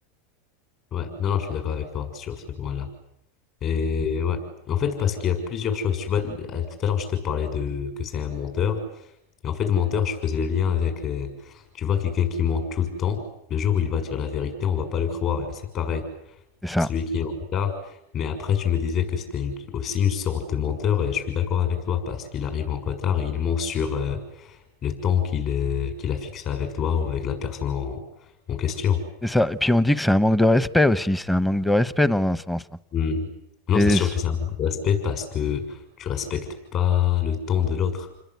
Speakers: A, on the left; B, in the centre.
A: ouais. Non, non, je suis d'accord avec toi sur ce point-là. Et ouais. En fait, parce qu'il y a plusieurs choses. Tu vois, à- tout à l'heure, je te parlais de que c'est un menteur. Et en fait, menteur, je faisais le lien avec, euh, tu vois, quelqu'un qui ment tout le temps. Le jour où il va dire la vérité, on va pas le croire. Et c'est pareil.
B: C'est ça.
A: Celui qui est en retard. Mais après, tu me disais que c'était une- aussi une sorte de menteur. Et je suis d'accord avec toi parce qu'il arrive en retard et il ment sur euh, le temps qu'il euh, qu'il a fixé avec toi ou avec la personne en en question.
B: C'est ça. Et puis on dit que c'est un manque de respect aussi. C'est un manque de respect dans un sens. hein.
A: Hmm. Non,
B: Et
A: c'est sûr
B: c-
A: que c'est un autre aspect parce que tu respectes pas le temps de l'autre.